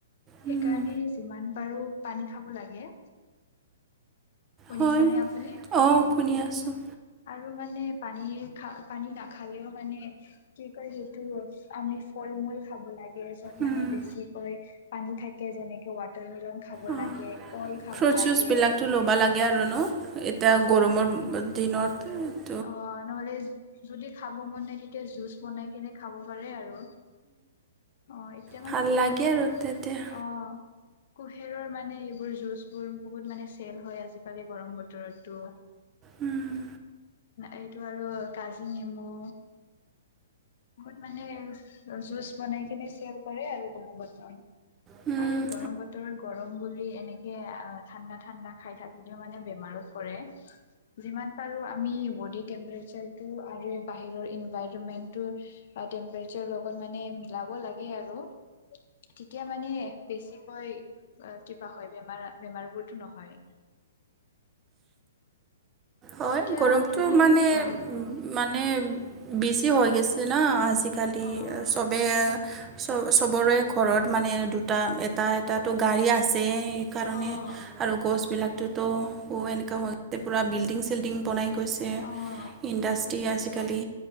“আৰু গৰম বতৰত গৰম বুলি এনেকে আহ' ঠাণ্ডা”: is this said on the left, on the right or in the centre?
Left